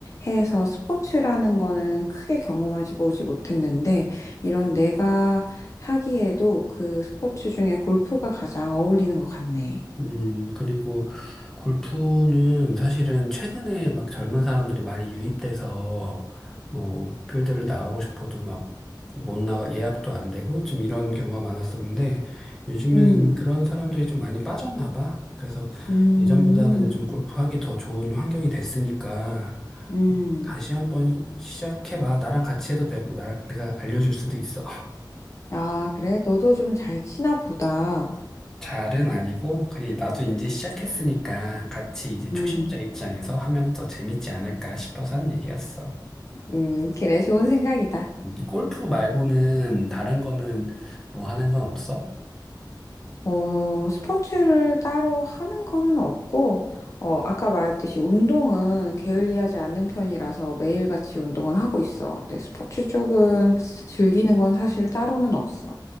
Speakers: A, on the left; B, in the centre.
A: 해서 스포츠라는 거는 크게 경험하지 보지 못했는데 이런 내가 하기에도 그 스포츠 중에 골프가 가장 어울리는 것 같네.
B: 음, 그리고 골프는 사실은 최근에 막 젊은 사람들이 많이 유입돼서 뭐 필드를 나가고 싶어도 막 못 나가 예약도 안 되고 좀 이런 경우가 많았었는데 요즘에는
A: 음,
B: 그런 사람들이 좀 많이 빠졌나 봐. 그래서
A: 음,
B: 예전보다는 좀 골프하기 더 좋은 환경이 됐으니까
A: 음.
B: 다시 한번 시작해봐. 나랑 같이 해도 되고 나랑 내가 알려줄 수도 있어.
A: 아, 그래? 너도 좀 잘 치나 보다.
B: 잘은 아니고 그냥 나도 이제 시작했으니까 같이 이제
A: 음.
B: 초심자 입장에서 하면 더 재밌지 않을까 싶어서 한 얘기였어.
A: 음, 그래, 좋은 생각이다.
B: 음, 골프 말고는 다른 거는 뭐 하는 건 없어?
A: 어, 스포츠를 따로 하는 거는 없고, 어, 아까 말했듯이 운동은 게을리하지 않는 편이라서 매일같이 운동은 하고 있어. 근데 스포츠 쪽은 즐기는 건 사실 따로는 없어.